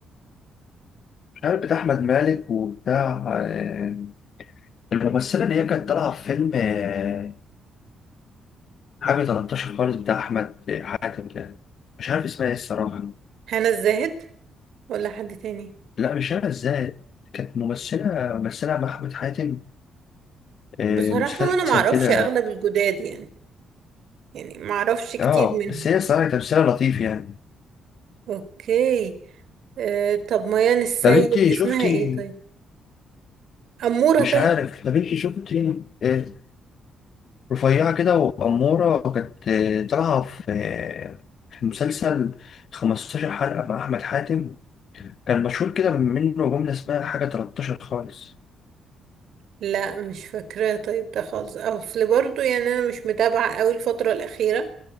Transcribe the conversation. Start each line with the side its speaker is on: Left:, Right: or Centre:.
Left: مش عارف بتاع احمد مالك وبتاع آه، الممثله اللي هي كانت طالعه في فيلم آه، حاجه 13 خالص بتاع احمد حاتم ده مش عارف اسمها ايه الصراحه
Right: هنا الزاهد ولا حد تاني
Left: لا مش عارف ازاي كانت ممثله ممثله مع احمد حاتم آه،
Right: بصراحة
Left: مسلسل
Right: انا ما اعرفش
Left: كده
Right: اغلب الجداد يعني يعني ما اعرفش كتير
Left: اه
Right: منهم
Left: بس هي الصراحه تمثيلها لطيف يعني
Right: اوكي آه طب ميان السيد
Left: طب انت
Right: اسمها
Left: شفتي
Right: ايه طيب أمورة
Left: مش
Right: طيب
Left: عارف طب انت شفتي آه، رفيعة كده وأمورة وكانت طالعة في في مسلسل 15 حلقة مع أحمد حاتم كان مشهور كده منه جملة اسمها حاجة 13 خالص
Right: لا مش فاكراها طيب ده خالص اصل برضو يعني انا مش متابعة قوي الفترة الأخيرة